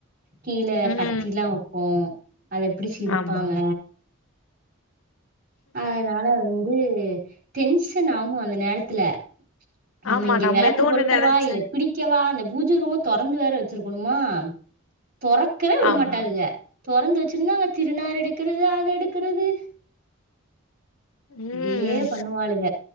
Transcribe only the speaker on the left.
ம்.
ஆமா.
ஆமா.
ஏதோ
ஒண்ணு நெனச்சு
ஆமா.
ம்.